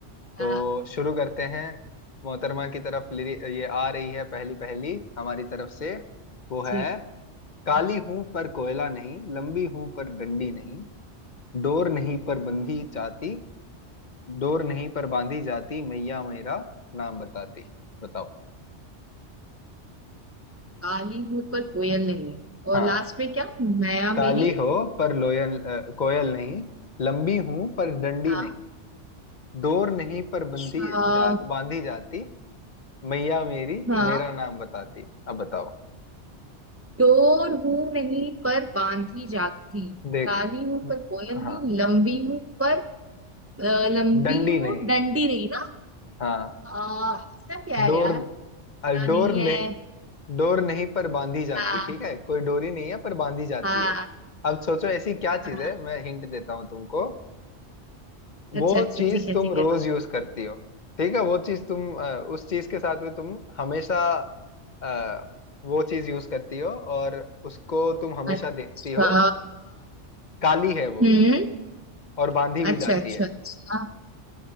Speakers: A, on the right; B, on the left.
A: हाँ
B: तो शुरू करते हैं मोहतरमा की तरफ लिरि ये आ रही है पहली पहली हमारी तरफ से वो है
A: जी
B: काली
A: जी
B: हूं पर कोयला नहीं लंबी हूं पर डंडी नहीं डोर नहीं पर बंधी जाती डोर नहीं पर बांधी जाती मैया मेरा नाम बताती बताओ
A: काली हूँ पर कोयल नहीं और
B: हाँ
A: लास्ट में क्या माया मेरी
B: काली हो पर लोयल अ, कोयल नहीं लंबी हूं पर डंडी
A: हाँ
B: नहीं डोर नहीं पर
A: अच्छा,
B: बंधी जा बांधी जाती मैया मेरी
A: हाँ
B: मेरा नाम बताती अब बताओ
A: डोर हूं नहीं पर बांधी जाती
B: देख
A: काली हूं पर कोयल
B: हाँ
A: नहीं लंबी हूं पर अ, लंबी
B: डंडी
A: हूँ
B: नहीं
A: डंडी नहीं ना
B: हाँ
A: आ, इसका क्या
B: डोर
A: है यार ना
B: अ, डोर
A: नहीं
B: नहीं
A: है
B: डोर नहीं पर बांधी जाती
A: हाँ
B: ठीक है कोई डोरी नहीं है पर बांधी जाती
A: हाँ
B: है अब सोचो ऐसी क्या
A: हाँ
B: चीज है मैं हिंट देता हूँ तुमको वो
A: अच्छा अच्छा
B: चीज
A: ठीक है
B: तुम
A: ठीक
B: रोज
A: है
B: यूज करती हो ठीक है वो चीज तुम अ, उस चीज के साथ में तुम हमेशा अ, वो चीज यूज करती हो और उसको तुम हमेशा
A: अच्छा
B: देखती हो काली है वो
A: हम्म
B: और बांधी भी
A: अच्छा
B: जाती
A: अच्छा
B: है
A: अच्छा